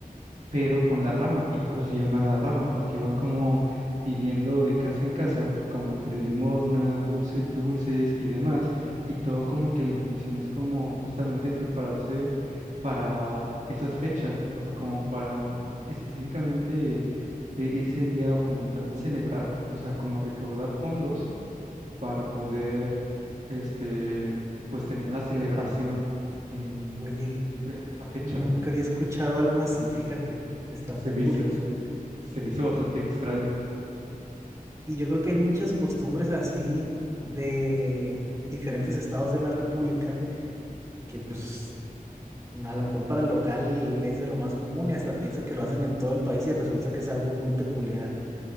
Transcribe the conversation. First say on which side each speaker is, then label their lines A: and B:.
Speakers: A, on the right; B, on the right.
A: pero con la rama, y por eso se llama la rama, porque van como pidiendo de casa en casa, como entre limosna, dulce- dulces y demás, y todo como que la intención es como justamente prepararse para esas fechas, o sea, como para específicamente e- ese día o como también celebrar, o sea, como recaudar fondos para poder, este, pues tener la celebración en,
B: Oye,
A: en esa fecha,
B: nunca
A: güey.
B: había escuchado algo así, fíjate. Está
A: Se
B: muy
A: me
B: curioso.
A: hizo, Se me hizo bastante extraño.
B: Y yo creo que hay muchas costumbres así de diferentes estados de la República que pues a lo mejor para el local es de lo más común y hasta piensa que lo hacen en todo el país y resulta que es algo muy peculiar